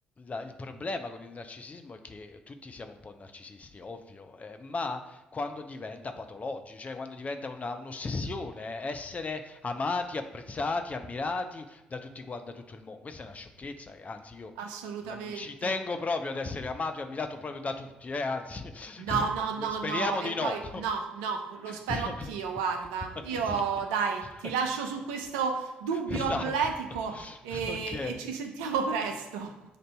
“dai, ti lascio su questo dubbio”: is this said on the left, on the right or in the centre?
Right